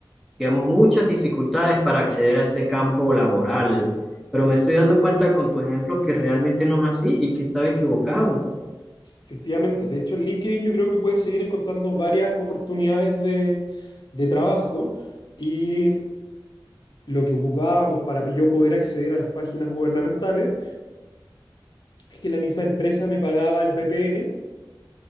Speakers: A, in the centre; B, on the left.
A: digamos, muchas dificultades para acceder a ese campo laboral. Pero me estoy dando cuenta con tu ejemplo que realmente no es así y que estaba equivocado.
B: efectivamente. De hecho, en LinkedIn yo creo que puedes seguir encontrando varias oportunidades de, de trabajo. Y lo que ocupábamos para yo poder acceder a las páginas gubernamentales, es que la misma empresa me pagaba el VPN